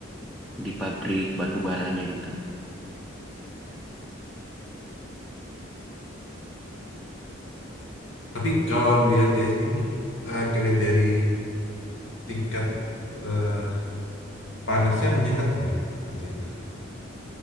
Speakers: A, in the centre; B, on the left.
A: di pabrik batu baranya gitu.
B: Tapi kalau dilihat dari sini, eh kalian dari tingkat eh, panasnya menyengat nggak? Seperti itu.